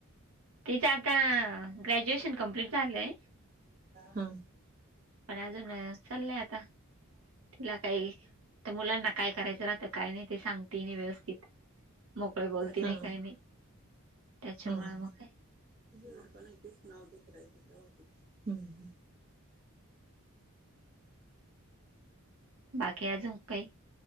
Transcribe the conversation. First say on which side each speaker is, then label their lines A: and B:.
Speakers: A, on the right (about 70°); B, on the right (about 40°).
A: तिचं आता ग्रॅज्युएशन कंप्लीट झालंय
B: हा
A: पण अजून चाललंय आता. तिला काही तर मुलांना काय करायचं राहतं, काय नाही ते सांगते मी व्यवस्थित मोकळे बोलती
B: हा
A: नाही काही नाही. त्याच्यामुळे
B: हा
A: मग काय
B: <unintelligible> हम्म हम्म.
A: बाकी अजून काही?